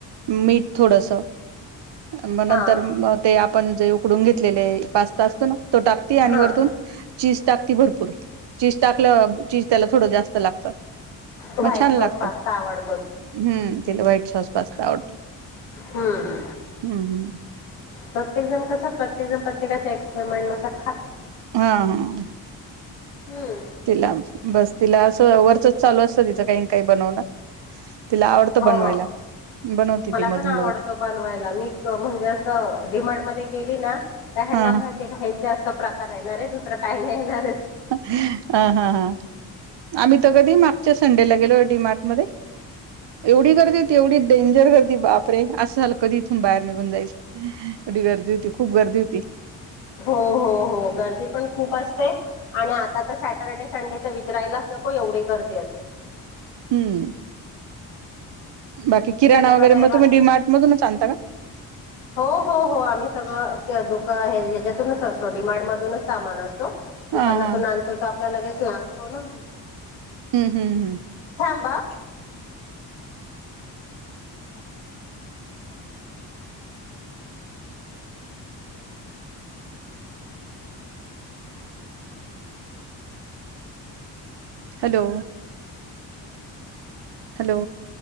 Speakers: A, on the right; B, on the left.
A: मीठ थोडस. मग नंतर
B: हा
A: मग ते आपण जे उकडून घेतलेले पास्ता असतो ना तो टाकती आणि
B: हा
A: वरतून चीज टाकती भरपूर चीज टाकल्या चीज त्याला थोडं जास्त लागतं.
B: व्हाईट
A: मग छान
B: सॉस
A: लागतं
B: पास्ता आवड
A: हम्म तिला व्हाईट सॉस पास्ता आवडतो.
B: हां.
A: हम्म हं.
B: प्रत्येक जण कसं प्रत्येक जण प्रत्येकाच्या एक्सपेरिमेंट नुसार खात असतो.
A: हा अ
B: हम्म
A: तीला बस तिला असं वरचच चालू असतं तिचं काइना काई बनवणं तिला आवडतं बनवायला.
B: हो
A: बनवते
B: मला
A: ती मधून
B: पण आवडत
A: मधून
B: बनवायला मी म्हणजे असं डी मार्ट म गेली ना का हेंना
A: हा
B: माहितीए
A: हा
B: का हे जास्त प्रकार येणाराय दुसरं काही नाय येणार
A: अ हा हा. आम्ही तर कधी मागच्या संडेला गेलोय डी मार्ट मध्ये. एवढी गर्दी होती एवढी डेंजर गर्दी बापरे असं झालं कधी इथून बाहेर निघून जाईल. वडी गर्दी होती खूप गर्दी होती.
B: हो हो हो गर्दी पण खूप असते आणि आता तर सॅटर्डे संडे विचरायलाच नको एवढी गर्दी असेल.
A: हम्म. बाकी किराणा
B: शनिवार
A: वगैरे
B: रविवार
A: म तुम्ही डि मार्ट मधूनच आणता का?
B: हो हो हो आम्ही सगळं त्या दुका हे ह्याच्यातूनच असतो डि मार्ट मधूनच सामान अस तो दुकानातुन
A: हा हा
B: आणतो तो आपला लगेच लागतो ना.
A: हम्म हम्म हम्म.
B: थांबा.
A: हॅलो. हॅलो